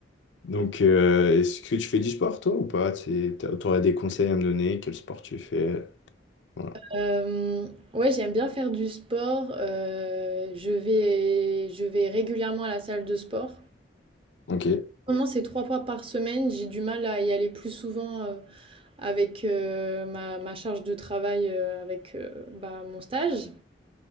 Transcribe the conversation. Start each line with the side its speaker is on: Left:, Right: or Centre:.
Left: Donc, euh, est-ce que tu fais du sport, toi, ou pas? Tu aurais des conseils à me donner? Quel sport tu fais? Voilà.
Right: Euh, ouais, j'aime bien faire du sport. euh, je vais, je vais régulièrement à la salle de sport.
Left: Ok,
Right: Comment c'est trois fois par semaine, j'ai du mal à y aller plus souvent. euh, avec euh, ma, ma, charge de travail euh, avec euh, bah, mon stage.